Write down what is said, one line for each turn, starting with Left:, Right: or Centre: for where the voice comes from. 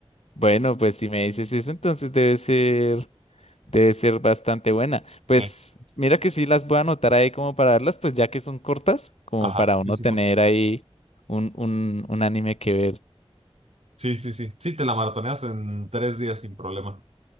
Left: Bueno, pues si me dices eso, entonces debe ser, debe ser bastante buena. Pues
Right: Sí.
Left: mira que sí las voy a anotar ahí como para verlas, pues ya que son cortas, como
Right: Ajá,
Left: para uno
Right: sí, sí,
Left: tener
Right: por
Left: ahí un, un, un anime que ver.
Right: Sí, sí, sí. Sí, te la maratoneas en tres días sin problema.